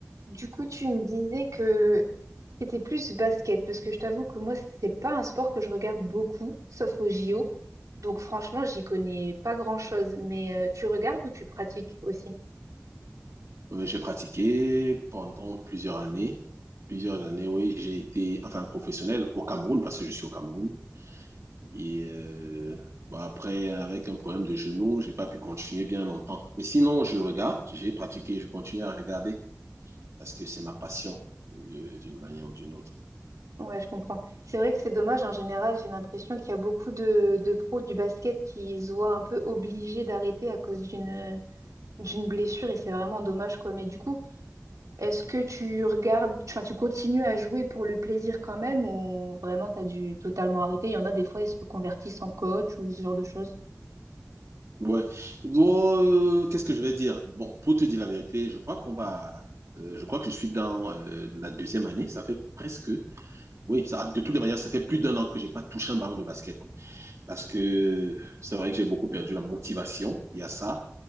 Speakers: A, on the right; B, on the right.
A: Du coup, tu me disais que c'était plus basket, parce que je t'avoue que moi, c'est pas un sport que je regarde beaucoup, sauf au JO. Donc franchement, j'y connais pas grand-chose. Mais euh, tu regardes ou tu pratiques aussi?
B: Euh, j'ai pratiqué pendant plusieurs années. Plusieurs années, oui, j'ai été enfin professionnel au Cameroun parce que je suis au Cameroun. Et euh, bah, après, avec un problème de genou, j'ai pas pu continuer bien longtemps. Mais sinon, je regarde, j'ai pratiqué, je continue à regarder parce que c'est ma passion euh, d'une manière ou d'une autre.
A: Ouais, je comprends. C'est vrai que c'est dommage, en général, j'ai l'impression qu'il y a beaucoup de, de pros du basket qui se voient un peu obligés d'arrêter à cause d'une d'une blessure, et c'est vraiment dommage, quoi. Mais du coup, Est-ce que tu regardes, enfin, tu continues à jouer pour le plaisir quand même ou vraiment tu as dû totalement arrêter? Il y en a des fois, ils se reconvertissent en coach ou ce genre de choses.
B: Ouais. Oh, euh, qu'est-ce que je vais dire? Bon, pour te dire la vérité, je crois qu'on va. euh, je crois que je suis dans euh, la deuxième année. Ça fait presque. Oui, ça, de toutes les manières, ça fait plus d'un an que j'ai pas touché un ballon de basket. Parce que c'est vrai que j'ai beaucoup perdu la motivation. Il y a ça.